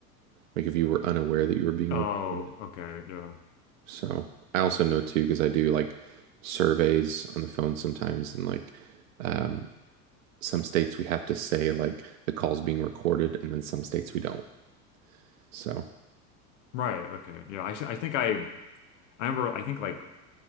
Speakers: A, on the right; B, on the left.
A: like if you were unaware that you were being
B: Oh,
A: recorded.
B: okay. Yeah.
A: So I also know too, because I do like surveys on the phone sometimes and like, um, some states we have to say like the call's being recorded, and then some states we don't. So,
B: Right. Okay. Yeah. I I think I I remember I think like